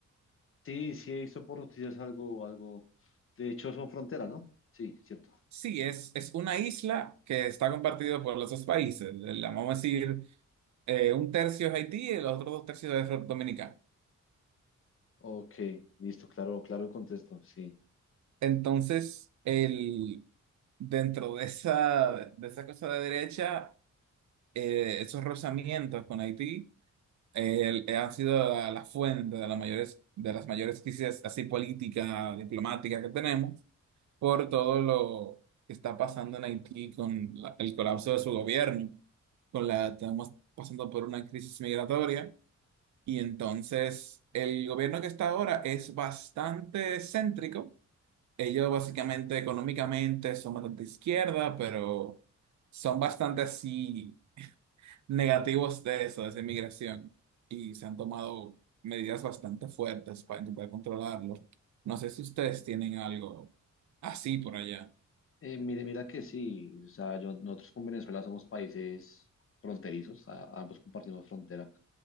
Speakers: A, on the left (about 45°); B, on the right (about 70°).
A: Sí, sí, he visto por noticias algo, algo. De hecho, son fronteras, ¿no? Sí, cierto.
B: Sí, es, es una isla que está compartida por los dos países. La vamos a decir, eh, un tercio es Haití y los otros dos tercios es Dominicana.
A: Ok, listo, claro, claro el contexto, sí.
B: Entonces, el, dentro de esa, de esa cosa de derecha, eh, esos rozamientos con Haití el- eh, ha sido la, la fuente de las mayores, de las mayores crisis así política, diplomática que tenemos por todo lo que está pasando en Haití con la- el colapso de su gobierno, con la estamos pasando por una crisis migratoria y entonces el gobierno que está ahora es bastante céntrico. Ellos básicamente económicamente son bastante izquierda, pero son bastante así negativos de eso, de esa inmigración, y se han tomado medidas bastante fuertes para intentar controlarlo. No sé si ustedes tienen algo así por allá.
A: Eh, mire- mira, que sí, o sea, yo- nosotros con Venezuela somos países fronterizos, a- ambos compartimos frontera.